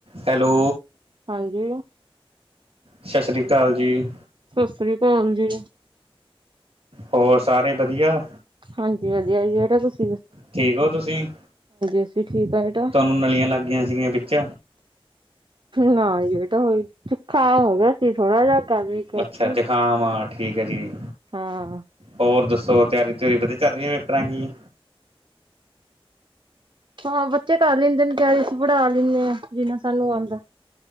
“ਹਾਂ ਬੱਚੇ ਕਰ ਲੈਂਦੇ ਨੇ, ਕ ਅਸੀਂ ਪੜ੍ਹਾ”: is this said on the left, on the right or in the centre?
Right